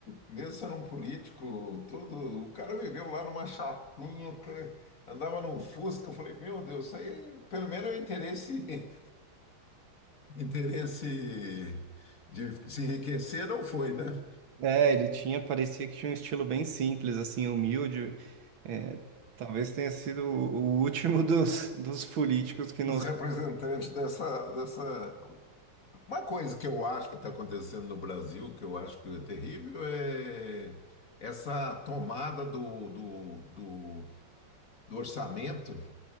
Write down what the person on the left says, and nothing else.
mesmo sendo um político, tudo, o cara viveu lá numa chapinha, que andava num Fusca. Eu falei, meu Deus, isso aí pelo menos o interesse, <laughs> interesse de se enriquecer não foi, né?
Os representantes dessa, dessa Uma coisa que eu acho que está acontecendo no Brasil, que eu acho que é terrível, é essa tomada do, do, do, do orçamento